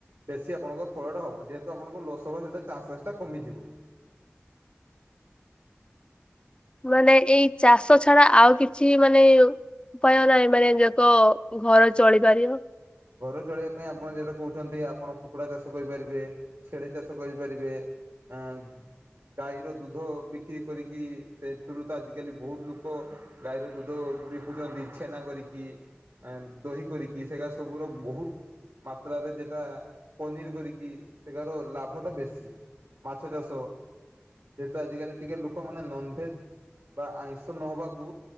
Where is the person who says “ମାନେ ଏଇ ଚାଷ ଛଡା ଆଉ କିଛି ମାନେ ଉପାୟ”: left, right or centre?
Left